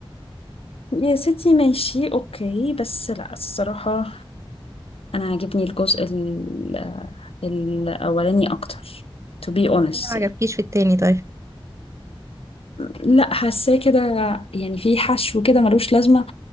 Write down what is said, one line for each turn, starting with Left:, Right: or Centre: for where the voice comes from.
Left: يا ستي ماشي اوكي بس لا الصراحة انا عاجبني الجزء ال- الاولاني اكتر to be honest
Right: التاني ما عجبكيش
Left: يعني
Right: في التاني طيب
Left: لا حاساه كده يعني في حشو كده ملوش لازمة